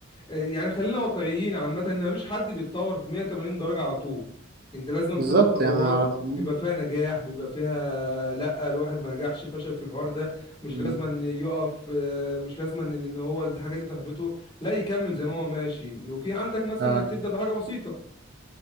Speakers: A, on the left; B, on the right.
A: آه، يعني خلينا واقعيين عامه ان مفيش حد بيتطور 180 درجه على طول انت لازم
B: بالظبط
A: بتاخد خطوات
B: يعني على مم.
A: بيبقى فيها نجاح بيبقى فيها لا الواحد ما نجحش فشل في الحوار ده مش
B: مم.
A: لازم ان يقف آه، مش لازم ان إن هو الحاجه دي تحبطه لا يكمل زي ما هو ماشي وفي عندك مثلا
B: آه.
A: انك تبدا بحاجه بسيطه